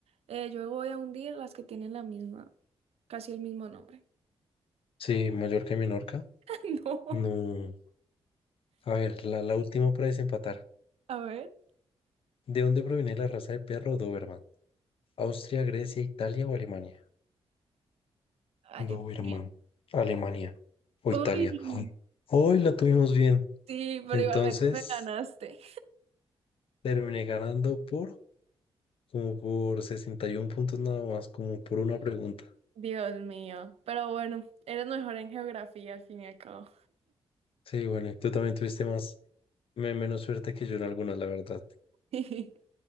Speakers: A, on the right (about 70°); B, on the left (about 60°).
A: Eh, yo voy a hundir las que tienen la misma, casi el mismo nombre.
B: Sí, Mallorca y Menorca.
A: <laughs> No,
B: No. A ver, la, la última para desempatar.
A: A ver.
B: ¿De dónde proviene la raza de perro Doberman? ¿Austria, Grecia, Italia o Alemania? Doberman.
A: Alemania.
B: Alemania. O Italia.
A: Uy,
B: Ay, Hoy la tuvimos bien.
A: sí, pero
B: Entonces
A: igualmente me ganaste.
B: terminé ganando por como por 61 puntos nada más, como por una pregunta.
A: Dios mío. Pero bueno, eres mejor en geografía al fin y al cabo.
B: Sí, bueno, y tú también tuviste más, me- menos suerte que yo en algunas, la verdad.
A: <laughs>